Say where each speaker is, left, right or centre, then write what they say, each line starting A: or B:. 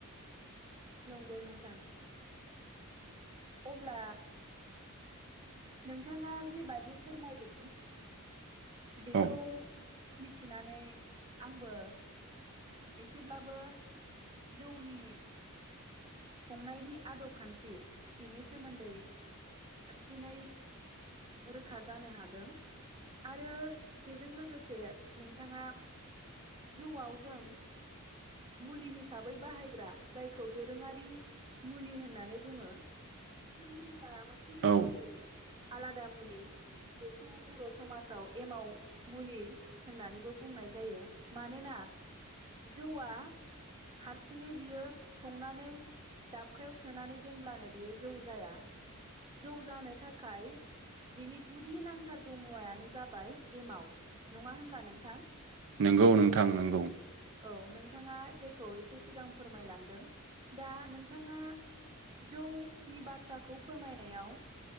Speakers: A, on the right; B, on the right.
A: नंगौ नोंथां अब्ला नोंथाङा जिबादि फोरमायदों बेखौ
B: औ
A: मिथिनानै आंबो एसेब्लाबो जौनि संनायनि आदब खान्थि बिनि सोमोन्दै साबसिनै रोखा जानो हादों आरो बेजों लोगोसे नोंथाङा जिउआव जों मुलि हिसाबै बाहायग्रा जायखौ दो रोङारि मुलि होननानै बुङो। <unintelligible> मोनसे रोखोमनि
B: औ
A: आलादा मुलि बेखौ बर' समाजाव एमाव मुलि होननानैबो बुंनाय जायो मानोना जौआ हारसिङै बियो संनानै दाबखायाव सोनानै दोनब्लानो बियो जौ जाया जौ जानो थाखाय बिनि गुदि नांथारगौ मुवायानो जाबाय एमाव नङा होनब्ला नोंथां।
B: नंगौ नोंथां नंगौ
A: औ नोंथाङा जेखौ एसे सिगां फोरमायलांदों दा नोंथाङा जौ नि बाथ्राखौ फोरमायनायाव